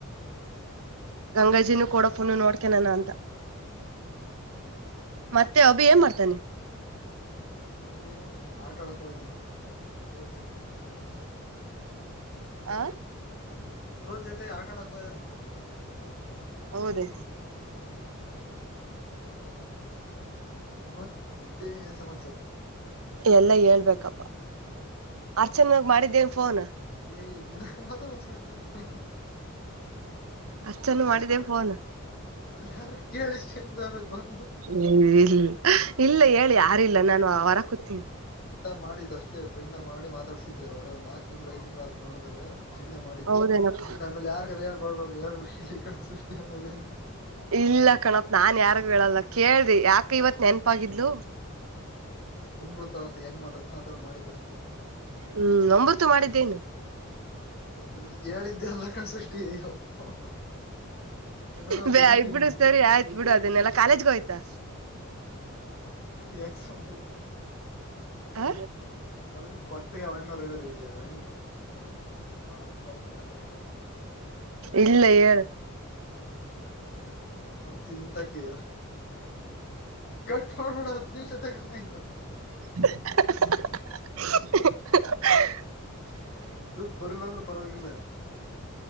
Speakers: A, on the right; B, on the left.
A: ಗಂಗಾಜಿನೂ ಕೊಡಪ್ಪನು ನೋಡ್ಕನಾನ ಅಂತ
B: ಹ್ಮ್
A: ಮತ್ತೆ ಅಬಿ ಏನ್ ಮಾಡ್ತಾನೆ.
B: ಅದ ಆಟ ಆಡಕ್ ಹೊಗಿದನೆ ಹುಡ್ಗುರ್ ಜೊತೆ.
A: ಆ
B: ಹುಡ್ಗುರ್ ಜೊತೆ ಆಟ ಆಡಕ್. ಹೋಗಿದಾನೆ
A: ಹೌದ <inaudible>
B: ಹ್ಮ್ ಮತ್ತೆ ಏನ್ ಸಮಾಚಾರ.
A: ಎಲ್ಲಾ ಹೇಳ್ಬೇಕಪ್ಪ. ಅರ್ಚನಾಗ ಮಾಡಿದ್ದೇನ್ ಫೋನ್.
B: ಏ ನಿಧಾನ <inaudible>
A: ಅರ್ಚನಗ್ ಮಾಡಿದ್ದೇನ್ ಫೋನ್.
B: ಅಲ್ಲಿ ಯಾರ ಕೇಳಿಸ್ಕೊಂಡ ಆಮೇಲೆ ಬಂದು
A: ಇಲ್ಲ ಇಲ್ಲ ಹೇಳಿ ಯಾರ. ಇಲ್ಲ ನಾನು ಆ ವರಗ್ ಕುತೀನಿ.
B: ಮಾಡಿದ್ದ ಅಷ್ಟೇ ಫ್ರೆಂಡ್ ಮಾಡಿ ಮಾತಾಡ್ಸಸಿದ್ದೆ ಅವರೇ ಒಂದು ನಾಕ್ ತಿಂಗಳು ಐದು ತಿಂಗಳುಕ್ ಮಾಡ್ದೇ. ಸುಮ್ಮನೆ ಮಾಡಿದ್ದೆ
A: ಹೌದೇನಪ್ಪ
B: ನಿನ್ ಆಮೇಲೆ ಯಾರ್ ಕ್ರ ಹೇಳ್ಬಾರಬ ಹೇಳ್ಬು ಇಲ್ಲಿ ಕಣ ಸೃಷ್ಟಿ ಆಮೇಲೆ.
A: ಇಲ್ಲ ಕಣಪ ನಾನ್ ಯಾರಾಗ ಹೇಳಲ್ಲ ಕೇಳ್ರಿ ಯಾಕ ಇವತ್ ನೆನ್ಪಾಗಿದ್ಲು.
B: ಅಮೃತ ಅವರ್ತ ಹೆಂಗ್ ಮಾತಾಡ್ತ ಆತರ ಮಾಡಿದಷ್ಟು.
A: ಹ್ಮ್ ಅಮ್ರುತಂಗ್ ಮಾಡಿದ್ದೇನು.
B: ನಿನಗ್ ಹೇಳಿದ್ದೆಲ್ಲ ಕಾಣ್ ಸೃಷ್ಟಿ ಯಪ್ಪ. ನಾನ
A: ಬ
B: ತೆಗಿತೀನಿ
A: ಇಬ ಬಿಡು
B: ನೀನು
A: ಸರಿ ಆಯ್ತ್ ಬಿಡು ಅದನ್ನೆಲ್ಲಾ ಕಾಲೇಜ್ಗೋಗಿದ್ದ.
B: ಯ <inaudible>
A: ಹ
B: ಅರಿ ನೀ ಪಕ್ಕಗೆ ಹಣ್ಣವರು ಇದರೆ ಹಂಗೆ ಸೃಷ್ಟಿಯ ಅವ್ರಪ್ಪ ಅಮ್ಮ ಯಾರಾರು ಹೇಳಿ.
A: ಇಲ್ಲ ಹೇಳು.
B: ಡಿ ಬರ್ತೀನಿ ನಿಂತಕ ಕಟ್ ಮಾಡೋ ಹತ್ತು ನಿಮಿಷ. <inaudible>
A: <inaudible>
B: ದುಡ್ಡು ಬರ್ಲ್ಲ ಅಂದ್ರು ಪರವಾಗಿಲ್ಲ.